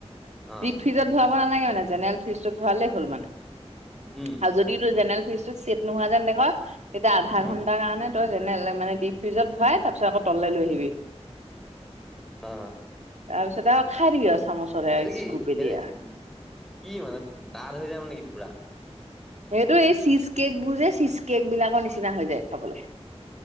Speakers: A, in the centre; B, on the right (about 90°).
A: অ
B: ডিপ ফ্ৰীজত ভৰাব নালাগে মানে, জেনেৰেল ফ্ৰীজটোত ভৰালেই হ'ল মানে
A: উম
B: আৰু যদি তোৰ জেনেৰেল ফ্ৰিজটো চেট নোহোৱা যেন দেখ, তেতিয়া আধা
A: উম
B: ঘন্টাৰ কাৰণে তই যেনে মানে ডিপ ফ্ৰিজত ভৰাই তাৰপিছত আকৌ তললে লৈ আহিবি।
A: অ
B: তাৰপিছত আৰু খাই দিবি আৰু। চামুচতে
A: সেইটো কি?
B: স্কুপেদিয়া।
A: সেইটো কি মানে ডাঠ হৈ যাব নেকি পুৰা?
B: সেইটো এই চীজ কেকবোৰ যে, চীজ কেকবিলাকৰ নিচিনা হৈ যায় খাবলে।